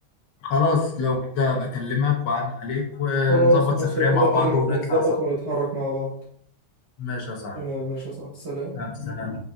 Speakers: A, on the left; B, on the right.
A: خلاص لو كده ابقى اكلمك واعدي عليك ونظبط
B: خلاص ماشي
A: سفرية
B: وكده
A: مع
B: اكلمك
A: بعض ونطلع
B: ونظبط
A: صح
B: ونتحرك مع بعض
A: ماشي يا صاحبي
B: تمام ماشي يا صاحبي سلام
A: آه، سلام